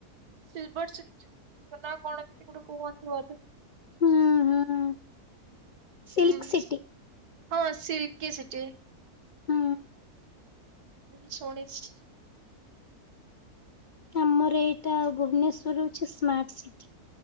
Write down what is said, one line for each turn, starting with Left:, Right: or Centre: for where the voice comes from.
Right: ସିଲଭର ସିଟି ନା କଣ ଏମିତି ଗୋଟେ କୁହନ୍ତି ବୋଧେ।
Left: ହୁଁ ହୁଁ। ସିଲ୍କ
Right: ହୁଁ
Left: ସିଟି।
Right: ହଁ ସିଲ୍ କି ସିଟି।
Left: ହୁଁ।
Right: ମୁଁ ଶୁଣିଛି।
Left: ଆମର ଏଇଟା ଭୁବନେଶ୍ୱର ହୋଉଛି ସ୍ମାର୍ଟ ସିଟି।